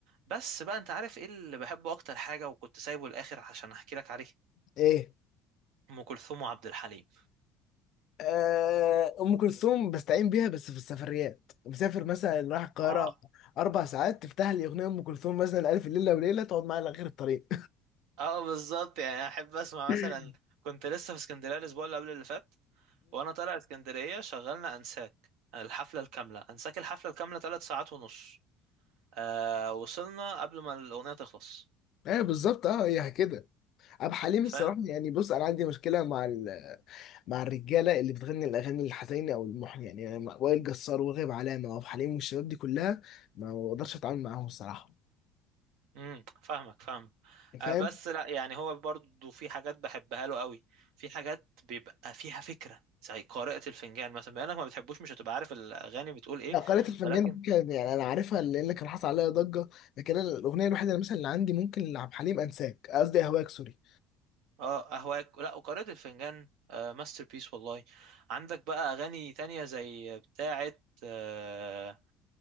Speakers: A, on the right (about 65°); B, on the left (about 55°).
A: بس بقى انت عارف ايه اللي بحبه اكتر حاجة وكنت سايبه الاخر عشان احكي لك عليه
B: ايه
A: ام كلثوم وعبد الحليم
B: آه، ام كلثوم بستعين بيها بس في السفريات مسافر مثلا رايح القاهره
A: اه
B: اربع ساعات تفتح لي اغنيه ام كلثوم مثلا الف ليله وليله تقعد معايا لغير الطريق
A: اه بالظبط يعني انا احب اسمع
B: امم
A: مثلا كنت لسه في اسكندرية الاسبوع اللي قبل اللي فات وانا طالع اسكندرية شغلنا انساك الحفلة الكاملة انساك الحفلة الكاملة ثلاث ساعات ونص آه وصلنا قبل ما الأغنية تخلص
B: ايوه بالظبط اه هي كده ابو حليم
A: فاهم
B: الصراحه يعني بص انا عندي مشكله مع ال... مع الرجاله اللي بتغني الاغاني الحزينه او المحن يعني أنا مع- وائل جسار وغيب علامه وابو حليم والشباب دي كلها ما بقدرش اتعامل معاهم الصراحه
A: امم فاهمك فاهمك
B: فاهم
A: آه بس لا يعني هو برضو في حاجات بحبها له قوي في حاجات بيبقى فيها فكره زي قارئة الفنجان مثلا بما انك ما بتحبوش مش هتبقى عارف الاغاني بتقول ايه
B: لا قارئة الفنجان
A: ولكن
B: دي كان يعني انا عارفها لان كان حصل عليها ضجه لكن أنا الاغنيه الوحيده اللي مثلا اللي عندي ممكن لعبد الحليم انساك قصدي اهواك سوري
A: اه اهواك لا وقارئة الفنجان آه ماستر بيس والله عندك بقى اغاني تانية زي بتاعه آه